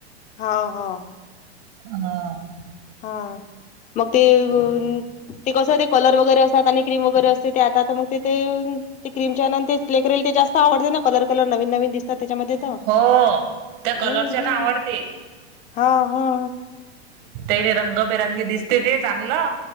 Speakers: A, on the left; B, on the right.
A: हो हो.
B: हं.
A: हा मग ते उन ते कसं ते कलर वगैरे असतात आणि क्रीम वगैरे असते ते आता मग ते ते ते क्रीमच्यायनन तेच लेकरायले ते जास्त आवडते ना कलर कलर नवीन नवीन दिसतात त्याच्यामध्ये. त
B: हो त्या
A: हम्म
B: कलरच्या
A: हम्,
B: ना आवडते
A: हा हा.
B: ते बे रंगबेरंगी दिसते ते चांगलं.